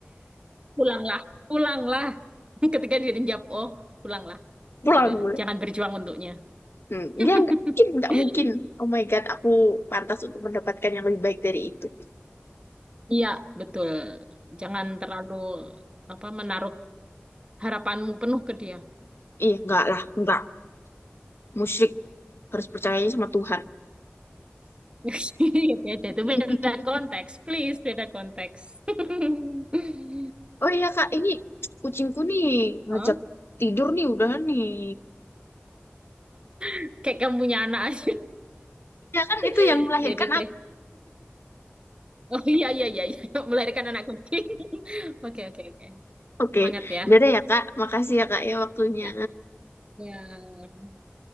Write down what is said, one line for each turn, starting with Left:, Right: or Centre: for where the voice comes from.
Right: Pulanglah, pulanglah. <laughs> Ketika dia dijawab, oh, pulanglah.
Left: pulang
Right: Sudah,
Left: gue
Right: jangan berjuang untuknya.
Left: hmm,
Right: <laughs>
Left: dia nggak mungkin nggak mungkin oh my god aku pantas untuk mendapatkan yang lebih baik dari itu
Right: Iya, betul. Jangan terlalu apa menaruh harapanmu penuh ke dia.
Left: iya nggak lah nggak musyrik harus percayanya sama Tuhan
Right: <laughs> Beda, itu
Left: <laughs>
Right: beda konteks, please, beda konteks. <laughs>
Left: Oh iya Kak, ini kucingku nih ngajak
Right: Hah?
Left: tidur nih udah nih.
Right: <laughs> Kayak kamu punya anak aja.
Left: Ya kan itu
Right: <laughs>
Left: yang melahirkan
Right: Ya udah deh.
Left: aku.
Right: Oh iya iya iya, iya. Melahirkan anak kucing. <laughs> Oke oke oke.
Left: Oke,
Right: Semangat ya.
Left: dadah ya Kak. Makasih ya Kak ya waktunya.
Right: Ya. Ya.